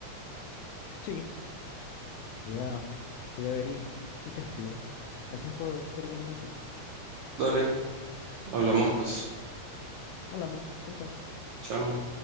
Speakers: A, on the left; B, on the right.
A: Sí, voy a, voy a ver y, y te escribo. Gracias por tu recomendación.
B: Dale, hablamos pues.
A: Hablamos. Chao, chao.
B: Chao.